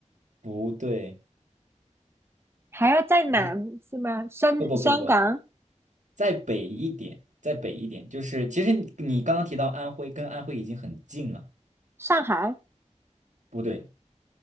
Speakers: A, on the right; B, on the right.
A: 不对，
B: 还要再南是吗？
A: 你
B: 深香港、
A: 不不不不，再北一点，再北一点，就是其实你你刚刚提到安徽，跟安徽已经很近了。
B: 上海？
A: 不对，